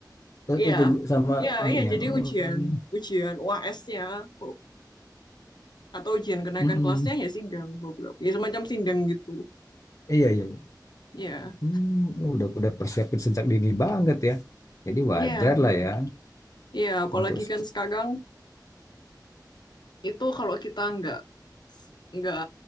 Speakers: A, on the left; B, on the left.
A: Iya,
B: itu sama
A: iya,
B: ibunya.
A: iya. Jadi
B: Hmm.
A: ujian, ujian UAS-nya u- atau ujian kenaikan
B: Mm-mm.
A: kelasnya ya sidang beberapa, ya semacam sidang gitu.
B: Iya iya.
A: Iya,
B: Hmm, udah udah persiapin sejak dini banget ya. Jadi
A: iya,
B: wajar lah ya
A: iya. Apalagi
B: untuk
A: kan sekarang itu kalau kita nggak nggak